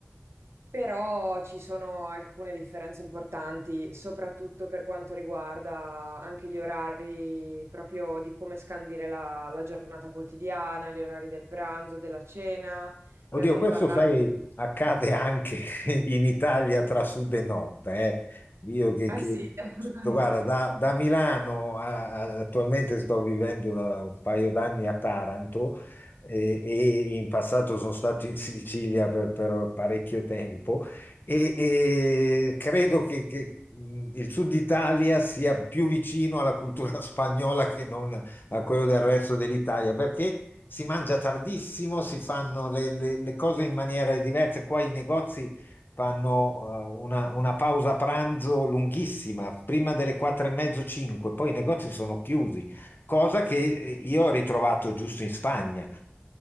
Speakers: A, on the right (about 85°); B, on the left (about 55°).
A: però ci sono alcune differenze importanti, soprattutto per quanto riguarda anche gli orari proprio di come scandire la la giornata quotidiana, gli orari del pranzo, della cena,
B: Oddio,
A: per non
B: questo
A: parlare...
B: sai, accade anche <laughs> in Italia tra sud e nord. eh. Io che,
A: Eh
B: che-
A: sì, <laughs> assolutamente.
B: guarda, da, da Milano a- a- attualmente sto vivendo da un paio d'anni a Taranto eh, e, in passato sono stato in Sicilia per, per parecchio tempo e, e credo che, che, mh, il sud Italia sia più vicino alla cultura <laughs> spagnola che non a quello del resto dell'Italia, perché si mangia tardissimo, si fanno le, le- le cose in maniere diverse. Qua i negozi fanno eh, una, una pausa pranzo lunghissima, prima delle quattro e mezzo, cinque, poi i negozi sono chiusi, cosa che eh, io ho ritrovato giusto in Spagna,